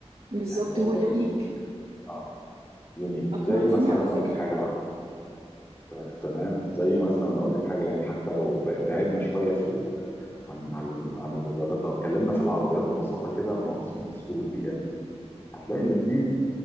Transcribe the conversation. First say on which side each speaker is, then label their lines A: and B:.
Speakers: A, on the right; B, on the left.
A: بالظبط
B: يعني هو
A: هو
B: برضو
A: يونيك
B: ليه اه يونيك
A: اقنعتني
B: زي مثلا
A: على فكره
B: اقول لك حاجه طيب تمام زي مثلا اقول
A: مم.
B: لك حاجه يعني حتى لو ب- بعدنا شويه في ال... عن عن عن الموبايلات لو اتكلمنا في العربيات ببساطه كده مرسيدس والبي ام هتلاقي
A: مم.
B: الاثنين